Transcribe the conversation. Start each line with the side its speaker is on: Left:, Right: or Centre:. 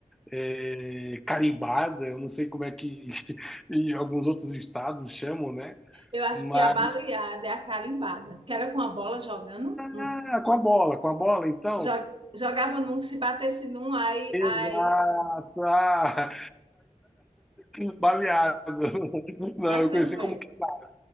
Centre: é, carimbada, eu não sei como é que <laughs> em alguns outros estados chamam, né?
Right: Eu acho
Centre: Mas
Right: que a baleada é a carimbada, que era com a bola jogando. Hum.
Centre: ah, com a bola, com a bola, então.
Right: Jo- Jogava num, se batesse num, aí,
Centre: Exato,
Right: aí,
Centre: ah, aí, baleado. <laughs> Não,
Right: ah,
Centre: eu
Right: também.
Centre: conheci como queimada.